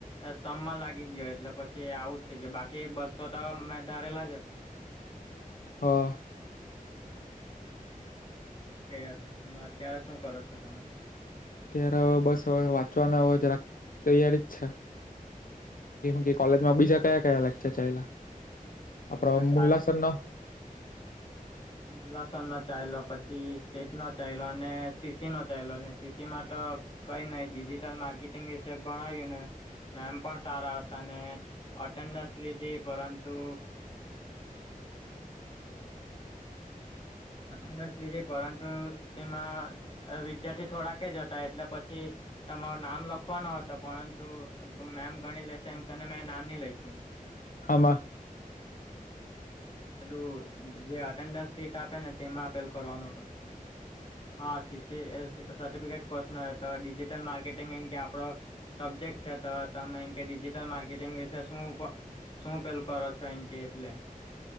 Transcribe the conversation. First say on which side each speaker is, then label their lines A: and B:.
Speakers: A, on the left (about 35°); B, on the left (about 70°).
A: સ્તંભમાં લાગી ગયો એટલે પછી આઉટ થઈ ગયો બાકી બસો તો મેં ધારે લજ્યો ત
B: હા
A: કે અત્યારે શું કરો છો તમે?
B: ત્યારે હવે બસ હવે વાંચવાના હવે જરાક તૈયારી જ છે. કે કોલેજમાં બીજા કયા કયા લેક્ચર ચાયલા આપણે
A: બીજા તો
B: મુલ્લાસરનો <inaudible>
A: <unintelligible> લસનનો ચાયલો, પછી સ્ટેટનો ચાયલો ને, સીસીનો ચાયલો ને સીસીમાં તો કઈ નઈ ડિજિટલ માર્કેટિંગ વી સે ભણાયુંને મેમ પણ સારા હતા, ને અટેન્ડસ લીધી પરંતુ અટેન્ડન્સ લીધી, પરંતુ તેમાં અ વિદ્યાર થી થોડાક જ હતા, એટલે પછી તમારું નામ લખવાનો હતો પરંતુ મેમ ગણી લેશે એમ તને મેં નામ ની લઈખું.
B: હામાં?
A: પેલું જે અટેન્ડન્સ સીટ આપેને તેમાં આ પેલું કરવાનું હતું. હા, સીસી એ સર્ટિફિકેટ કોસ ને તો ડિજિટલ માર્કેટિંગ એમ‌ કે આપડો સબ્જેક્ટ છે તો તમે ઈન કે ડિજિટલ માર્કેટિંગ વિશે શું પ શું પેલું કરો છો ઈન કે એટલે.